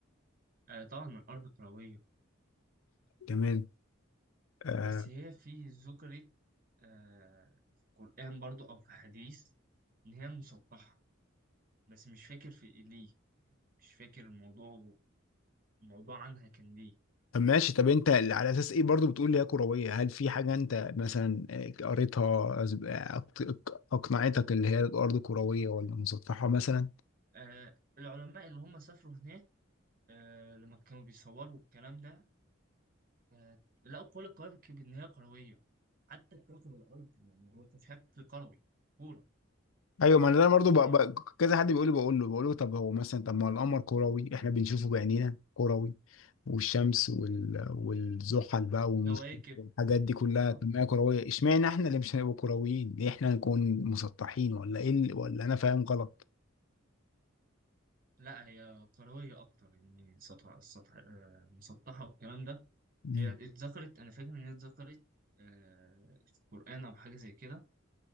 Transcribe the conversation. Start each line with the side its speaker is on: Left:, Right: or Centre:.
Right: آه طبعا الارض كروية
Left: تمام آه...
Right: بس هي في ذكرت آه في القرآن برضو او في حديث ان هي مسطحة بس مش فاكر في إيه، ليه مش فاكر الموضوع الموضوع عنها كان ليه
Left: طب ماشي طب انت على اساس ايه برضو بتقول لي هي كرويه هل في حاجه انت مثلا آه، قريتها أز- آه، أق- أق- اقنعتك اللي هي الارض كرويه ولا مسطحه مثلا
Right: آه العلماء اللي هم سافروا هناك آه لما كانوا بيصوروا الكلام ده آه لقوا كل الكواكب إن هي كروية حتى كوكب الأرض يعني هو كان شكل كروي كورة
Left: ايوه ما انا برضه بق-
Right: فاهم
Left: بق- كذا حد بيقول لي بقول له بقول له طب هو مثلا طب ما القمر كروي احنا بنشوفه بعينينا كروي والشمس وال... والزحل بقى والمشت-
Right: كواكب
Left: والحاجات دي كلها
Right: اه
Left: طب ما هي كرويه اشمعنى احنا اللي مش هنبقى كرويين؟ ليه احنا هنكون مسطحين ولا ايه اللي... ولا انا فاهم غلط؟
Right: لا هي كروية أكتر يعني سطح السطح آه مسطحة والكلام ده
Left: مم.
Right: هي اتذكرت أنا فاكر إن هي اتذكرت آه في القرآن أو حاجة زي كده